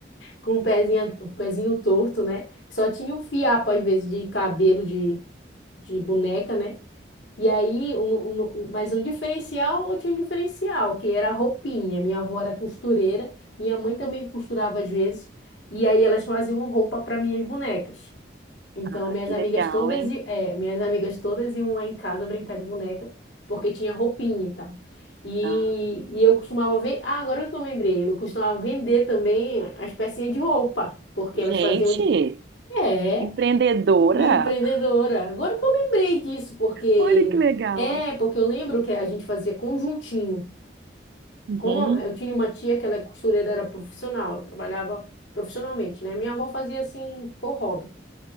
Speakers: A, on the left; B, on the right.
A: com um pezinho, um pezinho torto, né? Só tinha um fiapo, às vezes, de cabelo de, de boneca, né? E aí, o, o- o- mas o diferencial, eu tinha um diferencial, que era a roupinha. Minha avó era costureira, minha mãe também costurava às vezes, e aí elas faziam roupa para minhas bonecas. Então,
B: Ah,
A: as minhas
B: que
A: amigas
B: legal,
A: todas,
B: hein?
A: i- é, minhas amigas todas iam lá em casa brincar de boneca, porque tinha roupinha e tal. E,
B: Ah,
A: e eu costumava ver, ah, agora que eu lembrei, eu costumava vender também as pecinhas de roupa, porque
B: gente.
A: elas faziam, é.
B: Empreendedora?
A: E empreendedora. Agora que eu lembrei disso, porque
B: Olha que legal.
A: é, porque eu lembro que a gente fazia conjuntinho.
B: Uhum.
A: Como a- eu tinha uma tia que ela é costureira, era profissional, ela trabalhava profissionalmente, né? Minha avó fazia assim por hobby.